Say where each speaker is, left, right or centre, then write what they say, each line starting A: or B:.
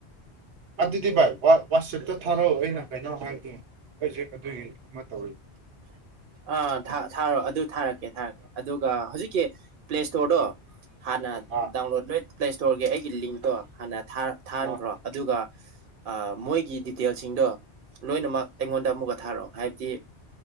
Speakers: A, on the right; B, on the right.
A: ꯑꯗꯨꯗꯤ ꯚꯥꯏ ꯋꯥꯆꯦꯞꯇ ꯊꯥꯔꯛꯑꯣ ꯑꯩꯅ ꯀꯩꯅꯣ ꯍꯥꯏꯒꯦ ꯍꯧꯖꯤꯛ ꯑꯗꯨꯒꯤ ꯑꯃ ꯇꯧꯔꯤ
B: ꯑꯥ ꯊꯥꯔꯣ ꯑꯗꯨ ꯊꯥꯔꯛꯀꯦ ꯊꯥꯔꯛꯀꯦ ꯑꯗꯨꯒ ꯍꯧꯖꯤꯛꯀꯤ ꯄ꯭ꯂꯦ ꯏꯁꯇꯣꯔꯗꯣ ꯍꯥꯟꯅ
A: ꯑꯥ
B: ꯗꯥꯎꯟꯂꯣꯗ ꯂꯣꯏ ꯄ꯭ꯂꯦ ꯏꯁꯇꯣꯔꯒꯤ ꯑꯩꯒꯤ ꯂꯤꯡꯇꯣ ꯍꯥꯟꯅ ꯊꯥꯍꯟꯈ꯭ꯔꯣ
A: ꯑꯥ
B: ꯑꯗꯨꯒ ꯃꯣꯏꯒꯤ ꯗꯤꯇꯦꯜꯁꯤꯡꯗꯣ ꯂꯣꯏꯅꯃꯛ ꯑꯩꯉꯣꯟꯗ ꯑꯃꯨꯛꯀ ꯊꯥꯔꯛꯑꯣ ꯍꯥꯏꯕꯗꯤ